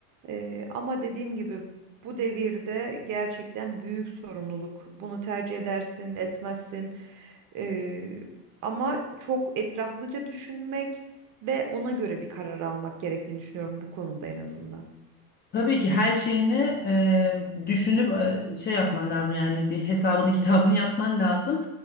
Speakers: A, on the right; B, on the left.
A: Ee, ama dediğim gibi bu devirde gerçekten büyük sorumluluk. Bunu tercih edersin, etmezsin. Ee, ama çok etraflıca düşünmek ve ona göre bir karar almak gerektiğini düşünüyorum bu konuda en azından.
B: Tabii ki her şeyini eee, düşünüp eee, şey yapman lazım yani bir hesabını kitabını yapman lazım.